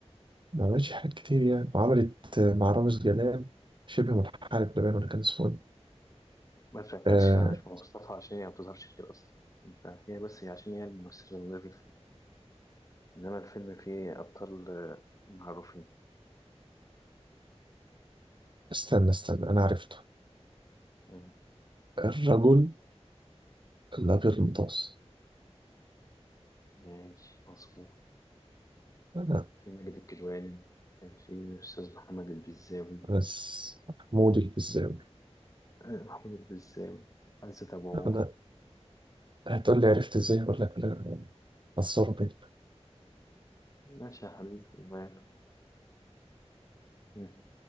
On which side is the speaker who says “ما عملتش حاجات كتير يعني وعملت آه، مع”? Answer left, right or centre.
Right